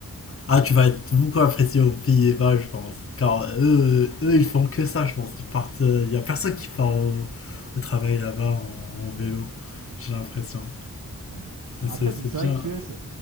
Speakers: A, on the left; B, on the right.
A: Ah tu vas être beaucoup apprécié aux Pays-Bas je pense, car eux, eux ils font que ça je pense, ils partent,
B: Ouais,
A: il n'y a personne qui part au, au travail là-bas en, en vélo,
B: ouais.
A: j'ai l'impression.
B: Ouais. Alors
A: C'est
B: après,
A: c'est
B: c'est c'est
A: bien.
B: vrai que tu es, c'est-